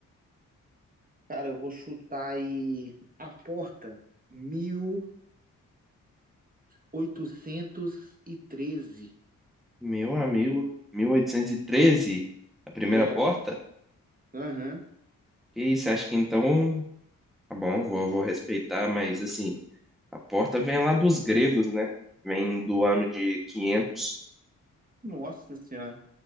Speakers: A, on the right; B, in the centre.
A: Cara, eu vou chutar aí a porta mil oitocentos e treze.
B: Meu amigo, 1813 a primeira
A: É,
B: porta?
A: aham.
B: Que isso, acho que então... Tá bom, vou, vou respeitar, mas, assim, a porta vem lá dos gregos, né? Vem do ano de 500.
A: Nossa senhora.